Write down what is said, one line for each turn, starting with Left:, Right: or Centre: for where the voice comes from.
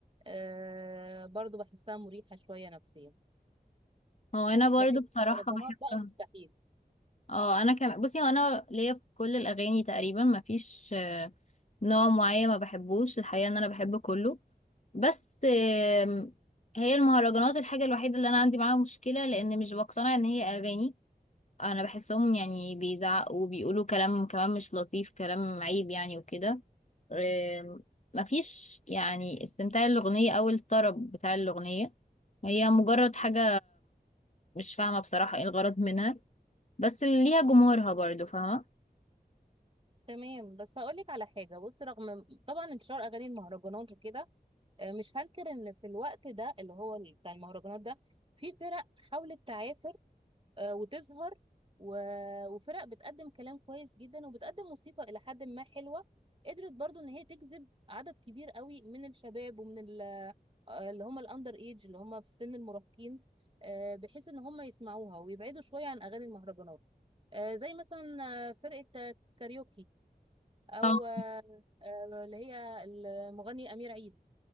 Right: آه برضو بحسها مريحه شويه نفسيا
Left: هو انا برضو
Right: لكن
Left: بصراحة
Right: المهرجانات
Left: بحبها
Right: بقى مستحيل
Left: اه انا كمان بصي هو انا ليا في كل الاغاني تقريبا مفيش آه، نوع معين ما بحبوش الحقيقة ان انا بحب كله بس آم، هي المهرجانات الحاجة الوحيدة اللي انا عندي معاها مشكلة لان مش بقتنع ان هي اغاني انا بحسهم يعني بيزعقوا وبيقولوا كلام كمان مش لطيف كلام عيب يعني وكده آم، مفيش يعني استمتاع الأغنية أو الطرب بتاع الأغنية هي مجرد حاجة مش فاهمة بصراحة ايه الغرض منها بس ليها جمهورها برضو فاهمة
Right: تمام بس هقول لك على حاجه بص رغم طبعا انتشار اغاني المهرجانات وكده آه، مش هنكر ان في الوقت ده اللي هو ال- بتاع المهرجانات ده في فرق حاولت تعافر آه، وتظهر و- وفرق بتقدم كلام كويس جدا وبتقدم موسيقى إلى حد ما حلوة قدرت برضو إن هي تجذب عدد كبير قوي من الشباب ومن ال- آه، اللي هم الأندر إيج اللي هم في سن المراهقين آه، بحيث إن هم يسمعوها ويبعدوا شوية عن أغاني المهرجانات آه، زي مثلا آه، فرقة آه، كاريوكي أو
Left: اه
Right: آه، آه، اللي هي المغني أمير عيد